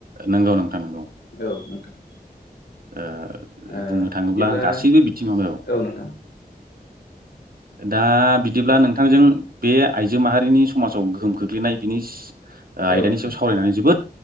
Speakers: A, on the right; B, on the left.
A: नंगौ नोंथां नंगौ।
B: औ नोंथां
A: ओ
B: ओ
A: बुंनो थाङोब्ला
B: बिदिब्ला
A: गासैबो बिथिङावनो
B: औ नोंथां
A: दा बिदिब्ला नोंथांजों बे आइजो माहारिनि समाजाव गोहोम खोख्लैनाय बिनि आयदानि
B: औ नोंथां
A: सायाव सावरायनानै जोबोद